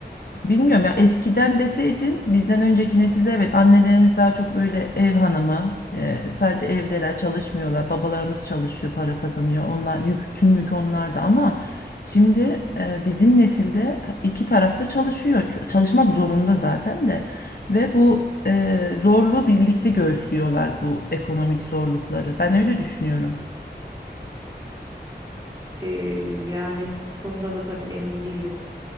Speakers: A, on the left; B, on the right.
A: Bilmiyorum ya eskiden deseydin bizden önceki nesilde evet annelerimiz daha çok öyle ev hanımı e, sadece evdeler çalışmıyorlar babalarımız çalışıyor para kazanıyor onlar yük tüm yük onlarda ama şimdi e, bizim nesilde iki tarafta çalışıyor Ç- çalışmak zorunda zaten de ve bu e, zorluğu birlikte göğüslüyorlar bu ekonomik zorlukları ben öyle düşünüyorum.
B: E, yani bu konuda da tabii emin değilim.